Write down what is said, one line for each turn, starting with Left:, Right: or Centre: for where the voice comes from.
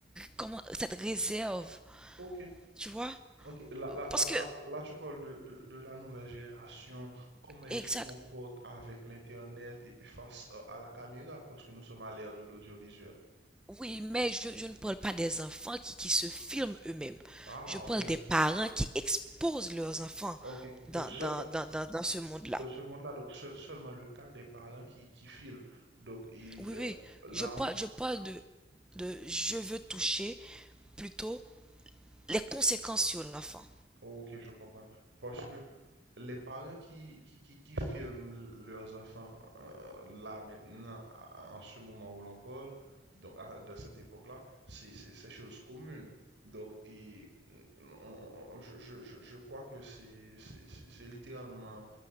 Centre: comment, cette réserve,
Right: Ok.
Centre: tu vois?
Right: Ok, là, là,
Centre: Parce
Right: là,
Centre: que,
Right: là, là, tu parles de, de, de la nouvelle génération, comment ils
Centre: exact,
Right: se comportent avec l'Internet et puis face à, à la caméra, parce que nous sommes à l'ère de l'audiovisuel.
Centre: oui, mais je, je ne parle pas des enfants qui, qui se filment eux-mêmes.
Right: Ah,
Centre: Je parle
Right: ok,
Centre: des parents qui exposent leurs enfants
Right: ok. Donc,
Centre: dans,
Right: ce-
Centre: dans, dans, dans, dans ce monde-là.
Right: dans ce monde-là, donc seul- seulement le cas des parents qui, qui filment. Donc, et,
Centre: Oui,
Right: euh,
Centre: oui,
Right: là,
Centre: je parle, je parle de, de je veux toucher plutôt les conséquences sur l'enfant
Right: on- ok, je comprends. Parce que les parents qui, qui, qui, qui filment leurs enfants euh, là maintenant, à- en ce moment où l'on parle, donc à- de cette époque-là, c'est c'est- c'est chose commune. Donc, et, mm, on- on- je, je- je- je crois que c'est c'est- c'est- c'est littéralement